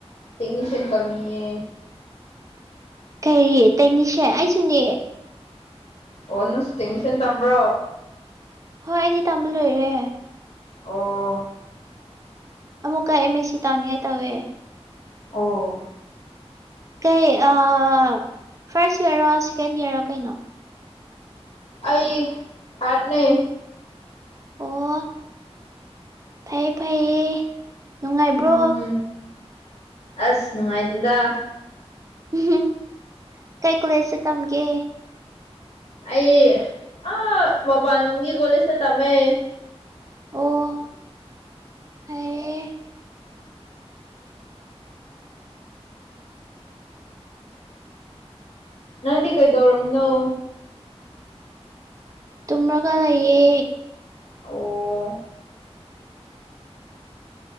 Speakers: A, on the left; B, on the right.
A: ꯇꯦꯛꯅꯤꯁꯤꯌꯥꯟ ꯇꯝꯃꯤꯌꯦ
B: ꯀꯩ ꯇꯩꯅꯤꯁꯦ ꯑꯩꯁꯨꯅꯦ
A: ꯑꯣꯅꯪꯁꯨ ꯇꯦꯛꯅꯤꯁꯥꯟ ꯇꯝꯕ꯭ꯔꯣ
B: ꯍꯣꯏ ꯑꯩꯗꯤ ꯇꯝꯕ ꯂꯣꯏꯔꯦ
A: ꯑꯣ
B: ꯑꯃꯨꯛꯀ ꯑꯦꯝ ꯃꯦ ꯁꯤ ꯇꯧꯅꯤꯡꯉꯥꯏ ꯇꯧꯋꯦ
A: ꯑꯣ
B: ꯀꯩ ꯑꯥ ꯐꯥꯔꯁ ꯏꯌꯥꯔꯣ ꯁꯦꯀꯦꯟ ꯏꯌꯥꯔꯣ ꯀꯩꯅꯣ
A: ꯑꯩ ꯊꯥꯔꯠꯅꯦ
B: ꯑꯣ ꯐꯩ ꯐꯩꯌꯦ ꯅꯨꯡꯉꯥꯏꯕ꯭ꯔꯣ
A: ꯎꯝ ꯑꯁ ꯅꯨꯡꯉꯥꯏꯇꯦꯗ
B: ꯎꯍꯨꯝ ꯀꯩ ꯀꯣꯂꯦꯖꯇ ꯇꯝꯒꯦ
A: ꯑꯩ ꯑ ꯃꯄꯥꯜꯂꯣꯝꯒꯤ ꯀꯣꯂꯦꯖꯗ ꯇꯝꯃꯦ
B: ꯑꯣ ꯍꯩ
A: ꯅꯪꯗꯤ ꯀꯩꯗꯧꯔꯝꯃꯤꯅꯣ
B: ꯇꯨꯝꯔꯒ ꯂꯩꯌꯦ
A: ꯑꯣ ꯑꯣ